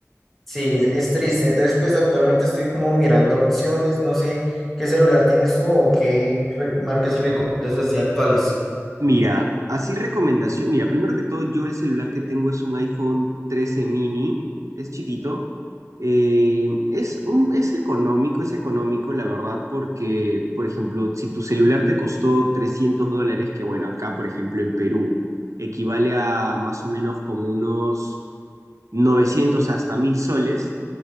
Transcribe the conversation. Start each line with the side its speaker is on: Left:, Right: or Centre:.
Centre: sí, es es triste. Entonces pues actualmente estoy como mirando opciones, no sé qué celular tienes tú o qué re- marcas recomiendas así actuales.
Right: Mira, así recomendación, mira, primero que todo, yo el celular que tengo es un iPhone 13 mini, es chiquito, eh, es un, es económico, es económico, la verdad, porque, por ejemplo, si tu celular te costó 300 dólares, que bueno, acá, por ejemplo, en Perú, equivale a más o menos como unos 900 hasta mil soles,